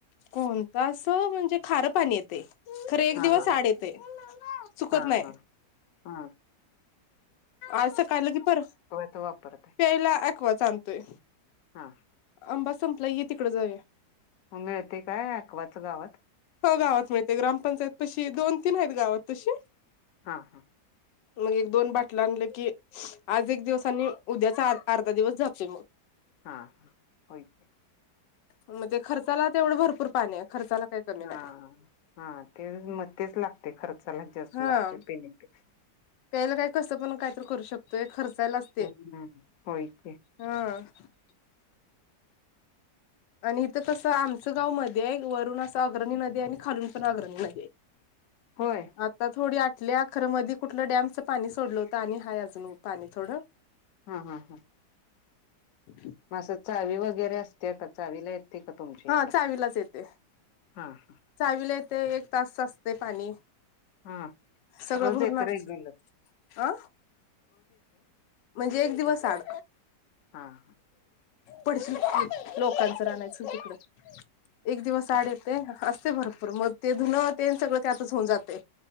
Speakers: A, on the left (about 85°); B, on the left (about 60°).
A: कोणत अस म्हणजे खार पाणी येते खरे एक
B: हा
A: दिवस
B: हा
A: आड येते चुकत
B: हा
A: नाही
B: हा हा
A: आज सकायलं की पर
B: त वापरत
A: प्यायला अकवाच आणतोय
B: हा
A: अंबा संपला ये तिकड जाऊ
B: मिळते काय अक्वॉच गावात
A: हो गावात मिळते. ग्रामपंचायत पशी दोन तीन आहेत गावात तशी
B: हा हा
A: मग एक दोन बाटल आणलं की आज एक दिवस उद्याचा अर्धा दिवस जातोय मग
B: हां हां. होच.
A: मग ते खर्चाला तेवढं भरपूर पाणी आहे खर्चाला. काही कमी
B: हा-हा
A: नाही
B: ते म तेच लागते खर्चालाच जास्त
A: हा
B: लागते पेन्यापेक्षा
A: प्यायला काय कसं पण काय तर करू शकतोय खर्चायलाच.
B: ह ह होय की‌.
A: ह. आणि इथं कसं आमचं गाव मध्ये आहे वरुन असं आग्रणी नदी आहे आणि खालून पण आग्रणी नदी आहे.
B: होय
A: आता थोडी आठल्या आहे खर मध्ये कुठलं डॅमचं पाणी सोडलं होतं आणि आहेय अजून पाणी थोडं
B: हा हा हा
A: अच्
B: अस चावी वगैरे असते का चावीला येते का तुमच्या
A: हा
B: इकडं
A: चावीलाच येते
B: हा हा
A: चावीला येते एक तास असते पाणी
B: हा
A: सगळं
B: रोज
A: भरून
B: येत
A: असत
B: एक दिवस
A: अ म्हणजे एक दिवस आड
B: हा हा
A: पडसील खाली लोकांच रान आहे चल तिकड एक दिवस आड येते अस भरपूर मग ते धुन ते सगळं त्यातच होऊन जाते